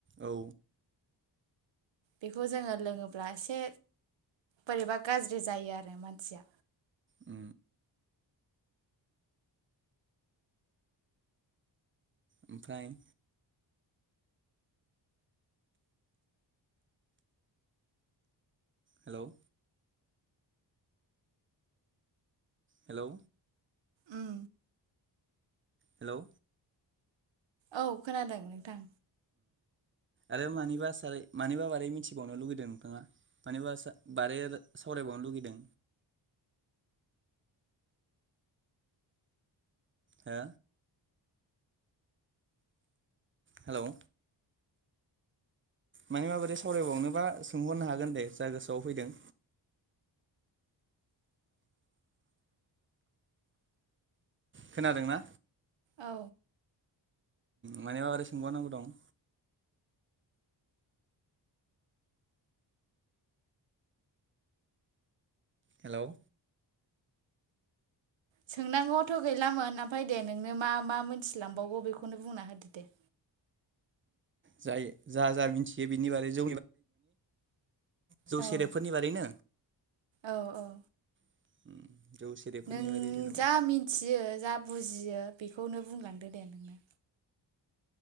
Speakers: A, on the right (about 30°); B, on the right (about 85°).
A: औ
B: बेखौ जोङो लोङोब्ला एसे बोरैबा गाज्रि जायो आरो मानसिया
A: उ ओमफ्राय हेलौ हेलौ
B: उम
A: हेलौ
B: औ खोनादों नोंथां
A: आरो मानिबा सारै मानिबा बारै मिथिबावनो लुगैदों नोंथाङा मानिबा सा बारै सावरायबावनो लुगैदों। हो हेलौ माने माबोरै सावरायबावनोबा सोंहरनो हागोन दे जा गोसोआव फैदों। खोनादोंना
B: औ
A: मानोबा मारै सोंबावनांगौ दं हेल'
B: सोंनांगौआथ' गैलामोन ओमफाय दे नोंनो मा मा मोनथिलांबावगौ बेखौनो बुंना होदो दे
A: जाय जा जा मिथियो बेनि बारै <inaudible> जौ
B: औ
A: सेरेबफोरनि बारैनो
B: औ औ
A: <unintelligible> सेरेबफोरनि
B: नों
A: बारै जेनेबा
B: जा मिथियो जा बुजियो बेखौनो बुंलांदो दे नोंनो